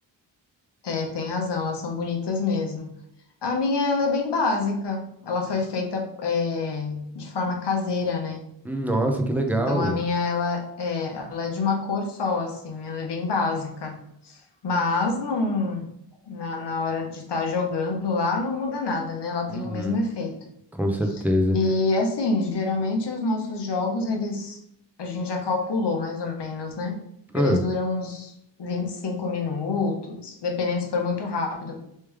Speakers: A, on the left; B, in the centre.
A: É, tem razão, elas são bonitas mesmo. A minha, ela é bem básica. Ela foi feita, eh, de forma caseira, né?
B: Hum, Nossa, que legal.
A: Então a minha ela é, ela é de uma cor só, assim, ela é bem básica. Mas não, na, na hora de estar jogando lá não muda nada, né? Ela tem
B: Uhum,
A: o mesmo efeito.
B: com certeza.
A: E assim, geralmente os nossos jogos, eles a gente já calculou mais ou menos, né?
B: Ah,
A: Eles duram uns 25 minutos, dependendo se for muito rápido,